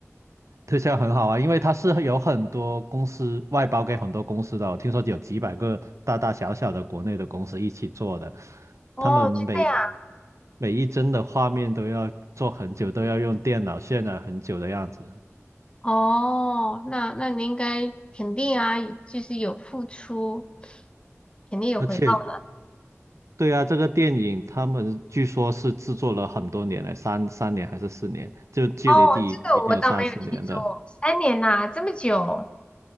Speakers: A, on the right (about 75°); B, on the left (about 20°).
A: <laughs> 特效很好啊，因为它是有很多公司外包给很多公司的哦，我听说有几百个大大小小的国内的公司一起做的，
B: 哦，
A: 他们每
B: 就这样。
A: 每一帧的画面都要做很久，都要用电脑渲染很久的样子。
B: 哦，那那你应该肯定啊，就是有付出，肯定有回报的。
A: 而且对啊，这个电影他们据说是制作了很多年了，三三年还是四年，就距离第一部已经有三四年的。
B: 哦，这个我倒没有听说，三年呐，这么久。